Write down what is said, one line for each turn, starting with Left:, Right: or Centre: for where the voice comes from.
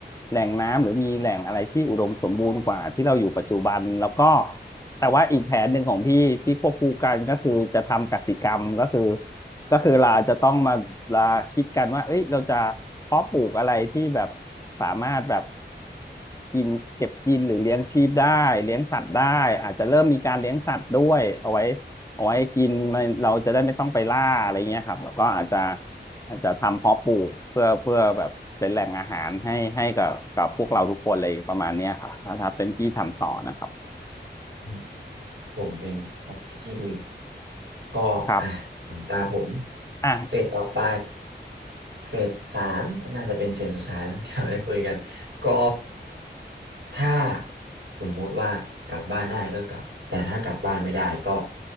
Left: แหล่งน้ำหรือมีแหล่งอะไรที่อุดมสมบูรณ์กว่าที่เราอยู่ปัจจุบันแล้วก็แต่ว่าอีกแผนหนึ่งของพี่ที่ควบคู่กันก็คือจะทำกสิกรรมก็คือ ก็คือเราอาจจะต้องมาลาคิดกันว่าเอ้ยเราจะเพาะปลูกอะไรที่แบบสามารถแบบกินเก็บกินหรือเลี้ยงชีพได้เลี้ยงสัตว์ได้อาจจะเริ่มมีการเลี้ยงสัตว์ด้วยเอาไว้เอาไว้กินมันเราจะได้ไม่ต้องไปล่าอะไรเงี้ยครับแล้วก็อาจจะอาจจะทำเพาะปลูกเพื่อเพื่อแบบเป็นแหล่งอาหารให้ให้กับกับพวกเราทุกคนเลยประมาณเนี้ยครับถ้าถ้าเป็นพี่ทำต่อนะครับ
Right: อืมผมเป็นความคิดที่ดีก็อ่ะถึงตาผม
Left: ครับอ่ะ
Right: เฟสต่อไปเฟสสามน่าจะเป็นเฟสสุดท้ายแล้ว <laughs> ที่เราได้คุยกันก็ถ้าสมมุติว่ากลับบ้านได้ก็กลับแต่ถ้ากลับบ้านไม่ได้ก็